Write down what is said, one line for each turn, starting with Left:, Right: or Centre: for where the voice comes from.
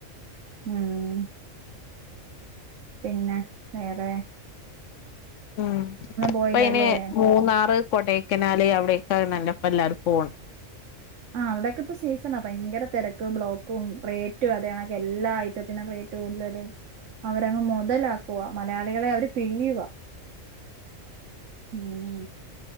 Right: ഉം പിന്നെ വേറേ
Left: ഉം
Right: പോയില്ലല്ലേ
Left: പ്പനീ മൂന്നാറ് കൊടേക്കനാല് അവിടെക്ക നല്ലപ്പല്ലാരും പോൺ
Right: ആ അവിടോക്കെ ഇപ്പോ സീസണാ ഭയങ്കര തിരക്കും ബ്ലോക്കും റേറ്റും അതെയണക്കെ എല്ലായ് <unintelligible> റേറ്റ് കൂടുതല് അവരങ്ങ് മുതലാക്കുവ മലയാളികളെ അവര് പിഴിയുവ മ്